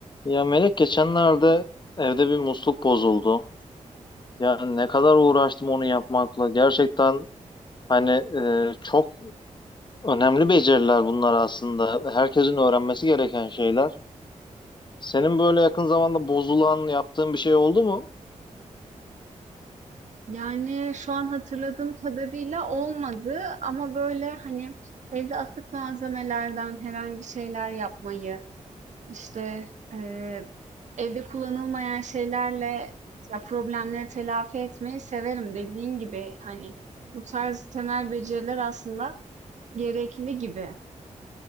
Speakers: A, on the left (about 35°); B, on the right (about 70°).
A: Ya Melek geçenlerde evde bir musluk bozuldu. Yani ne kadar uğraştım onu yapmakla. Gerçekten hani e, çok önemli beceriler bunlar aslında. Herkesin öğrenmesi gereken şeyler. Senin böyle yakın zamanda bozulan yaptığın bir şey oldu mu?
B: Yani şu an hatırladığım kadarıyla olmadı ama böyle hani evde atık malzemelerden herhangi şeyler yapmayı, işte eee, evde kullanılmayan şeylerle ya problemleri telafi etmeyi severim dediğin gibi hani bu tarz temel beceriler aslında gerekli gibi.